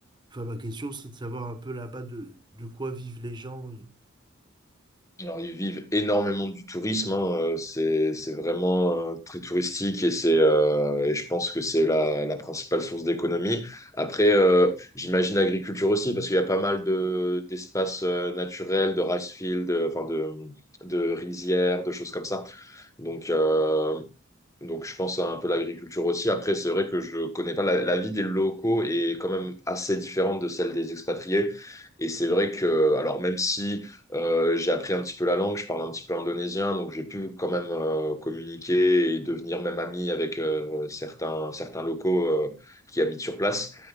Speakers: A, on the right; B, on the left.
A: enfin, ma question, c'est de savoir un peu là-bas de, de quoi vivent les gens.
B: Alors, ils vivent énormément du tourisme, hein, euh, c'est, c'est vraiment euh, très touristique et, c'est, euh, et je pense que c'est la, la principale source d'économie. Après, euh, j'imagine l'agriculture aussi, parce qu'il y a pas mal de, d'espaces euh, naturels, de rice fields, de- enfin de, de rizières, de choses comme ça. Donc, euh, Donc, je pense à un peu l'agriculture aussi. Après, c'est vrai que je connais pas la, la vie des locaux est quand même assez différente de celle des expatriés. Et c'est vrai que, alors même si euh, j'ai appris un petit peu la langue, je parle un petit peu indonésien, donc j'ai pu quand même euh, communiquer et devenir même ami avec euh, certains, certains locaux euh, qui habitent sur place.